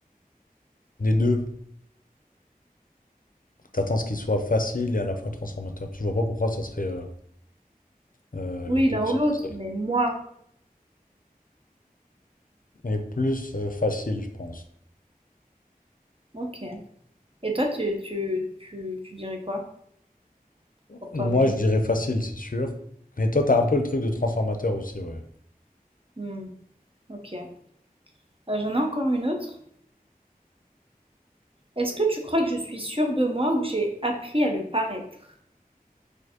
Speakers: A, on the left; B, on the right.
A: Les deux. T'attends ce qu'il soit facile et à la fois transformateur Parce que je vois pas pourquoi ça serait euh, euh, les
B: Oui,
A: deux
B: l'un
A: qui
B: ou l'autre,
A: seraient.
B: mais moi.
A: Mais plus euh, facile, je pense.
B: Ok. Et toi, tu, tu, tu, tu dirais quoi pour
A: Moi,
B: toi-même?
A: je dirais facile, c'est sûr. Mais toi, t'as un peu le truc de transformateur aussi, ouais.
B: Hmm, ok. Euh, j'en ai encore une autre. Est-ce que tu crois que je suis sûre de moi ou que j'ai appris à le paraître?